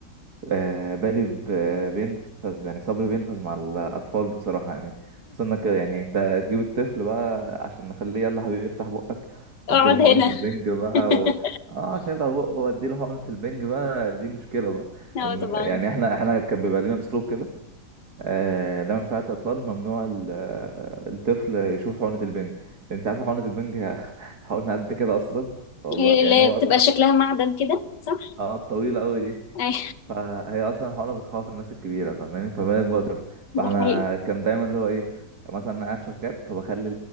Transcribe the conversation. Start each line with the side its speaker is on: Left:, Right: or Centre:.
Right: آه، بالي ب- آه، بينفذ يعني صبري بينفذ مع الأطفال بصراحة يعني خصوصا إنك يعني أنت تجيب الطفل بقى عشان نخليه يلا حبيبي افتح بقك وأديله
Left: اقعد
Right: حقنة
Left: هنا
Right: البنج بقى
Left: <laughs>
Right: و... اه عشان يفتح بقه وأديله حقنة البنج بقى دي مشكلة بقى
Left: اه
Right: أم-
Left: طبعا
Right: يعني احنا احنا كان بيبقى لنا أسلوب كده آه، لما في عيادة أطفال ممنوع ال- آه، الطفل يشوف حقنة البنج أنت عارف حقنة البنج <laughs> هي حقنة قد كده أصلا والله
Left: إيه
Right: يعني
Left: لا
Right: هو
Left: بتبقى
Right: أصلا
Left: شكلها معدن كده صح؟
Right: اه طويلة أوي
Left: اي
Right: فهي اصلا حقنة بتخوف الناس الكبيره فاهماني فما بالك بقى طفل
Left: ده
Right: فاحنا
Left: حقيقي
Right: كان دايما اللي هو ايه مثلا انا قاعد شغال فبخلي